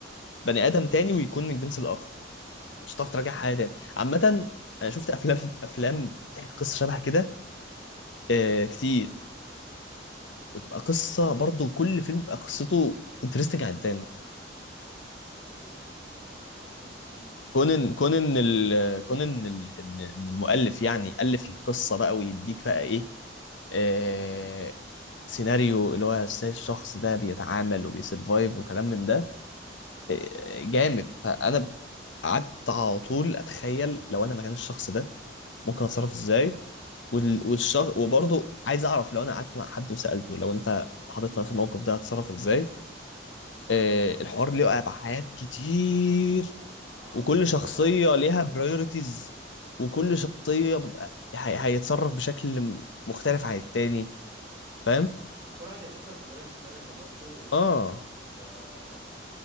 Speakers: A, on the left; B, on the right.
A: بني ادم تاني ويكون من الجنس الاخر مش هتعرف تراجع
B: طب،
A: حاجه تاني عامه انا شفت افلام افلام بتحكي
B: آه،
A: قصه
B: كتير
A: شبه
B: أهو.
A: كده آه
B: مم.
A: كتير وتبقى قصه
B: زي
A: برضو كل فيلم بيبقى قصته انترستنج عن التاني
B: ايه ال- ايه قصة فيلم مثلا
A: كون ان
B: كده
A: كون ان ال- كون ان ال- ان إن المؤلف يعني الف القصه بقى ويديك بقى ايه آه
B: امم
A: سيناريو اللي هو إزاي الشخص ده بيتعامل وبيسرفايف وكلام من ده
B: اه
A: آه، جامد فانا قعدت على طول اتخيل لو انا مكان الشخص ده ممكن اتصرف
B: هتعمل
A: ازاي وال-
B: مم.
A: والشغ... وبرضه عايز اعرف لو انا قعدت مع حد وسالته لو انت اتحطيت في الموقف ده هتتصرف ازاي
B: مم.
A: آه الحوار ليه ابعاد كتير
B: اه
A: وكل
B: يعني
A: شخصيه
B: انت بقى احنا
A: ليها برايورتيز وكل
B: مم.
A: شخصيه بيبقى هي... هيتصرف بشكل مختلف عن التاني فاهم
B: كل واحد هيفكر بطريقة مختلفة برضو وفكرة
A: اه
B: آه،